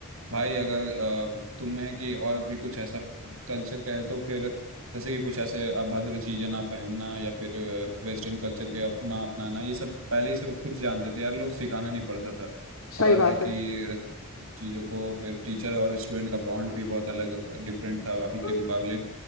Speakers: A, on the right; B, on the left.
A: भाई अगर अ, तुम्हें कि और भी कुछ ऐसा कल्चर का है तो फिर जैसे कि कुछ ऐसे अभद्र चीजें ना पहनना या फिर वेस्टर्न कल्चर के अपना अपनाना ये सब पहले ही से खुद जानते थे यार लोग सिखाना नहीं पड़ता था
B: सही
A: और
B: बात
A: है कि र- चीजों को फिर टीचर और स्टूडेंट का बॉन्ड भी बहुत अलग डिफरेंट था अभी के
B: है
A: मुकाबले